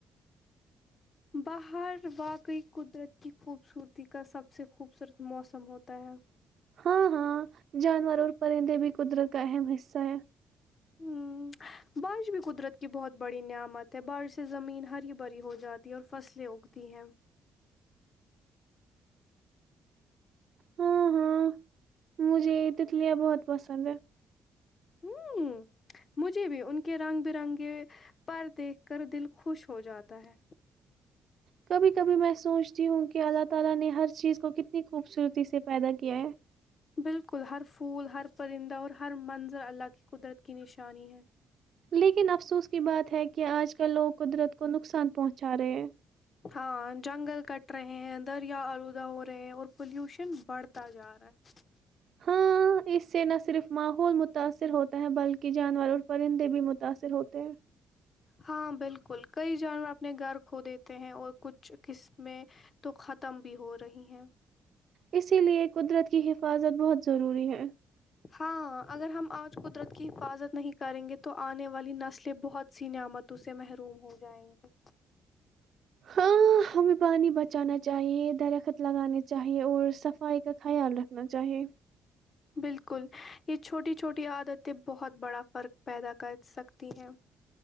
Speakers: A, on the left; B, on the right.
A: باہر واقعی قدرت کی خوبصورتی کا سب سے خوبصورت موسم ہوتا ہے
B: ہاں ہاں جانور اور پرندے بھی قدرت کا اہم حصہ ہے
A: ہ بارش بھی قدرت کی بہت بڑی نعمت ہے بارش سے زمین ہری بھری ہو جاتی ہے اور فصلیں اگتی ہیں
B: ہاں ہاں م جی تتلیا بہت پسند ہے
A: ہ مجھے بھی ان کے رنگ برنگے پر دیکھ کر دل خوش ہو جاتا ہے
B: کبھی کبھی میں سوچتی ہوں کہ اللہ تعالی نے ہر چیز کو کتنی خوبصورتی سے پیدا کیا ہے
A: بالکل ہر پھول ہر پرندہ اور ہر منظر اللہ کی قدرت کی نشانی ہے
B: لیکن افسوس کی بات ہے کہ آج کل لوگ قدرت کو نقصان پہنچا رہے
A: ہاں جنگل کٹ رہے ہیں دریا آلودہ ہو رہے ہیں اور پولوشن بڑھتا جا رہا ہے
B: ہاں اس سے نہ صرف ماحول متاثر ہوتا ہے بلکہ جانور اور پرندے بھی متاثر ہوتے ہیں
A: ہاں بالکل کئی جانور اپنے گھر کھو دیتے ہیں اور کچھ قسمیں تو ختم بھی ہو رہی ہیں
B: اسی لیے قدرت کی حفاظت بہت ضروری ہے
A: ہاں اگر ہم آج قدرت کی حفاظت نہیں کریں گے تو آنے والی نسلیں بہت سی نعمتوں سے محروم ہو جائیں گی
B: ہاں ہمیں پانی بچانا چاہیے درخت لگانے چاہیے اور صفائی کا خیال رکھ نا چاہیے
A: بالکل یہ چھوٹی چھوٹی عادتیں بہت بڑا فرق پیدا کر سکتی ہیں